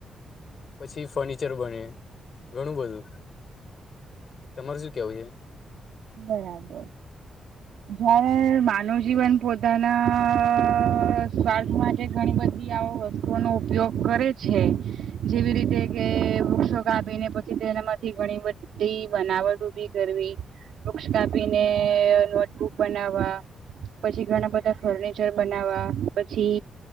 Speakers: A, on the left; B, on the right.
A: પછી ફર્નિચર બને, ઘણું બધું તમાર સુ કેવું છે?
B: બરાબર.
A: <inaudible>
B: જયારે માનવ જીવન પોતાના સ્વાર્થ માટે ઘણી બધી આવ વસ્તુ ઓનો ઉપયોગ કરે છે, જેવી રીતે કે વૃક્ષો કાપીને પછી તે એનામાંથી ઘણી બધી ધી બનાવટ ઉભી કરવી, વૃક્ષ કાપીને નોટબુક બનાવવા, પછી ઘણા બધા ફર્નિચર બનાવવા, પછી